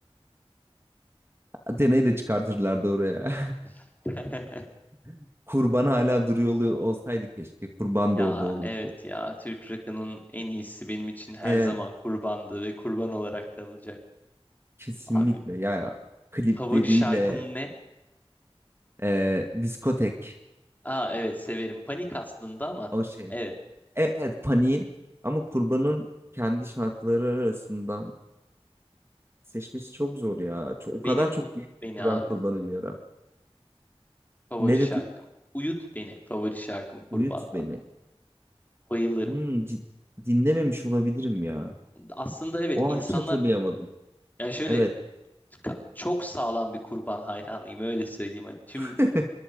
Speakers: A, on the right; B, on the left.
A: Atena'yı da çıkartırlardı oraya.
B: <laughs>
A: <laughs> Kurban hala duruyor oluyor- olsaydı keşke. Kurban
B: Ya
A: da orada olurdu.
B: evet ya Türk rock'ının en iyisi benim için her
A: Evet.
B: zaman kurbandı ve kurban olarak kalacak.
A: Kesinlikle
B: Abi
A: ya. Klipleriyle
B: favori şarkın ne?
A: e, diskotek.
B: Aa evet severim. Panik aslında ama
A: O şey.
B: evet
A: Evet evet Paniğin ama Kurban'ın kendi şarkıları arasından seçmesi çok zor ya. Çok, o
B: benim
A: kadar çok
B: Unut
A: dinledim
B: Beni
A: ki
B: abi.
A: ben Kurban'ı bir ara.
B: Favori
A: Ne
B: şarkım.
A: dedin?
B: Uyut beni favori şarkım Kurban'dan.
A: Uyut beni.
B: Bayılırım.
A: Hmm, cid- dinlememiş olabilirim ya.
B: Aslında evet
A: O
B: insanlar
A: an hiç hatırlayamadım.
B: yani şöyle
A: Evet.
B: ka- çok sağlam bir Kurban hayranıyım öyle söyleyeyim. Hani tüm
A: <laughs>